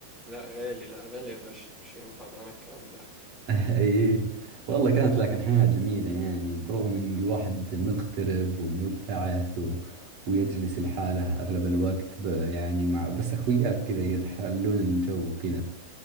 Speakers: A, in the centre; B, on the right.
A: لا غالي لا غالي يا باشا مش هينفع معانا الكلام ده
B: <laughs> ايه والله كانت لكن حياة جميلة يعني برغم ان الواحد مغترب ومبتعث و... ويجلس لحاله اغلب الوقت ب... يعني مع بس اخوياك كذا يحلون الجو وكذا